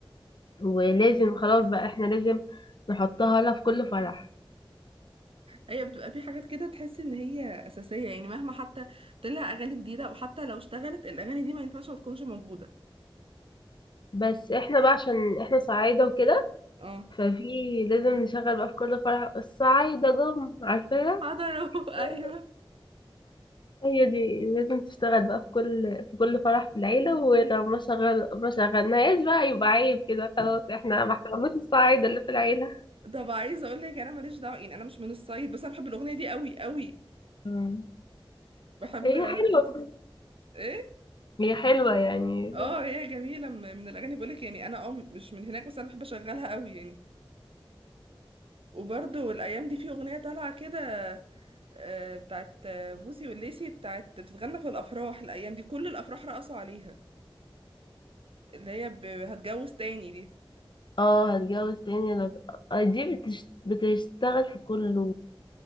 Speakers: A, on the left; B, on the right.
A: ولازم خلاص بقى احنا لازم نحطها لها في كل فرح
B: ايوه بتبقى في حاجات كده تحس ان هي اساسيه يعني مهما حتى طلع اغاني جديده او حتى لو اشتغلت الاغاني دي ما ينفعش ما تكونش موجوده
A: بس احنا بقى عشان احنا صعايدة وكده
B: اه
A: ففي لازم نشغل بقى في كل فرح الصعايدة جم عارفاها
B: حضروا
A: <laughs>
B: <laughs> ايوه
A: هي دي لازم تشتغل بقى في كل في كل فرح في العيلة ولو ما شغل ما شغلناهاش بقى يبقى عيب كده خلاص احنا ما احترمناش الصعايدة اللي في العيلة
B: طب عايزه اقول لك انا ماليش دعوه يعني انا مش من الصعيد بس انا بحب الاغنيه دي قوي قوي
A: مم.
B: بحب
A: هي حلوة
B: بتاعت- ايه
A: هي حلوة يعني
B: اه هي جميله م- من الاغاني بقول لك يعني انا اه مش من هناك بس انا بحب اشغلها قوي يعني وبرضه الايام دي في اغنيه طالعه كده آه، بتاعت آه، بوسي والليسي بتاعت بتتغنى في الافراح الايام دي كل الافراح رقصوا عليها اللي هي ب- هتجوز تاني دي
A: اه هتجوز تاني لو آه، دي بتش... بتشتغل في كله